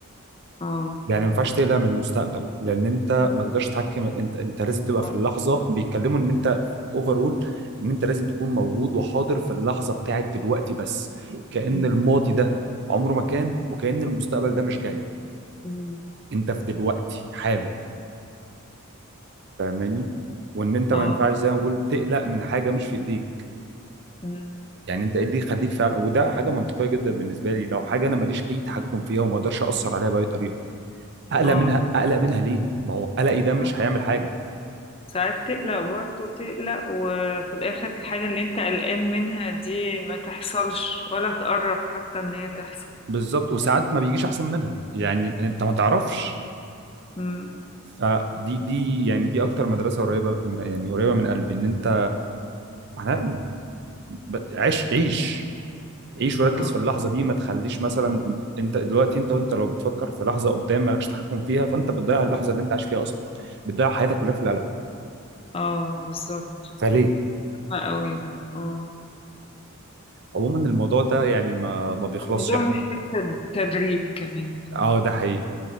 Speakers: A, on the left; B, on the right.
A: آه
B: يعني ما ينفعش تقلق من المستقبل لان انت ما تقدرش تتحكم انت انت لازم تبقى في
A: آه
B: اللحظه بيتكلموا ان انت اوفر اول ان انت لازم تكون موجود وحاضر في اللحظه بتاعت دلوقتي بس كأن
A: مم.
B: الماضي ده عمره ما كان وكأن المستقبل ده مش جاي
A: مم.
B: انت في دلوقتي حالا فاهماني وان انت ما
A: آه
B: ينفعش زي ما بقول تقلق من حاجه مش في ايديك
A: مم.
B: يعني انت ايه اللي يخليك فعلا وده حاجه منطقيه جدا بالنسبه لي لو حاجه انا ماليش اي تحكم فيها وما اقدرش اثر عليها باي طريقه اقلق
A: آه
B: منها اقلق منها ليه ما هو قلقي ده مش
A: آه.
B: هيعمل حاجه
A: ساعات تقلق برضه تقلق وفي الآخر الحاجة اللي أنت قلقان منها دي ما تحصلش ولا تقرب حتى إن هي تحصل
B: بالظبط وساعات ما بيجيش احسن منها يعني انت ما تعرفش
A: مم.
B: فدي دي يعني دي اكتر مدرسه قريبه يعني قريبه من قلبي ان انت احنا ب- عيش عيش عيش وركز
A: اه
B: في اللحظه دي ما تخليش مثلا ان- انت دلوقتي انت وانت لو بتفكر في لحظه قدام مالكش تحكم فيها فانت بتضيع اللحظه اللي انت عايش فيها اصلا بتضيع حياتك كلها في القلق
A: اه بالظبط
B: فليه
A: صعب قوي ده اه
B: عموما الموضوع ده يعني ما ما بيخلصش
A: الموضوع
B: احنا
A: محتاج
B: ممكن
A: تد- تدريب كمان
B: اه ده حقيقي